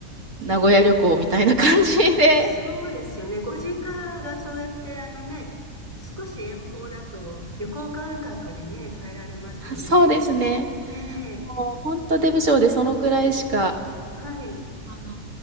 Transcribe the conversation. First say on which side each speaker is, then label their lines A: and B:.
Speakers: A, on the right (about 60°); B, on the right (about 15°).
A: 名古屋旅行みたいな感じで。
B: あ、そうですよね。ご実家がそうやって、あのね、少し遠方だと旅行感覚でね、帰られますよね。
A: あそうですね。
B: ねえ、
A: もう本当出不精でそのくらいしか、
B: うん、はい、
A: あの、